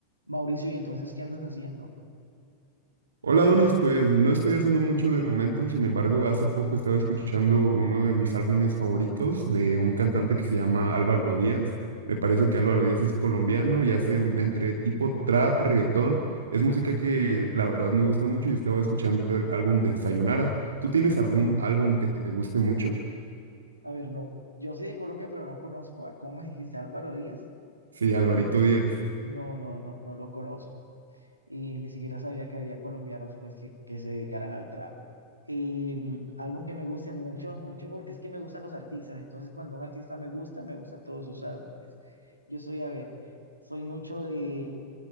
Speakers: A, on the right; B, on the right.
A: Mauricio, ¿y entonces qué andas haciendo?
B: Hola Donis, pues no estoy haciendo mucho de momento, sin embargo, hace poco estaba escuchando uno de mis álbumes favoritos de un cantante que se llama Álvaro Díaz. Me parece que Álvaro Díaz es colombiano y hace mm, entre tipo trap, reggaetón. Es música que la verdad me gusta mucho y estaba escuchando el álbum de Sayonara. ¿Tú tienes algún álbum que te guste mucho?
A: A ver, no, yo soy de Colombia, pero no conozco a, ¿cómo me dijiste, Álvaro Díaz?
B: Sí, Alvarito Díaz.
A: No, no, no, no lo conozco. Y ni siquiera sabía que había colombianos, pues, que, que se dedicaran al trap. Eh, álbum que me guste mucho, mucho, porque es que me gustan los artistas. Entonces, cuando un artista me gusta, me gustan todos sus álbumes. Yo soy, a ver, soy mucho de,